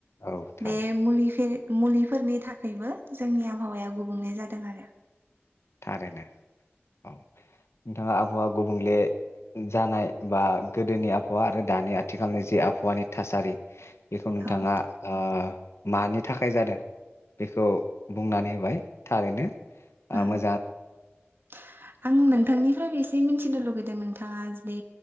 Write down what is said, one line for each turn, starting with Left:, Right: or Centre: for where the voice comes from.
Left: औ
Right: बे
Left: थारैनो
Right: मुलि फेर मुलि फोरनि थाखायबो जोंनि आबहावाया गुबुंले जादों आरो।
Left: थारैनो औ नोंथाङा आबहावा गुबुंले जानाय बा गोदोनि आबहावा आरो दानि आथिखालनि जि आबहावानि थासारि बेखौ नोंथाङा
Right: औ
Left: ओ मानि थाखाय जादों बेखौ बुंनानै होबाय थारैनो।
Right: उम
Left: ओ मो
Right: आं नोंथांनि फ्राय एसे मिथिनो लुगैदों नोंथाङा जुदि